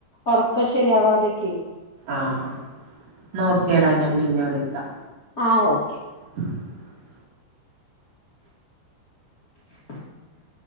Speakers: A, on the left; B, on the right.
A: ഉറക്കം ശരിയാവാതൊക്കെയെ
B: ആഹ് ന്നാ ഓക്കേടാ ഞാൻ പിന്നെ വിളിക്കാം.
A: ആഹ് ഓക്കേ
B: <inaudible>
A: <inaudible>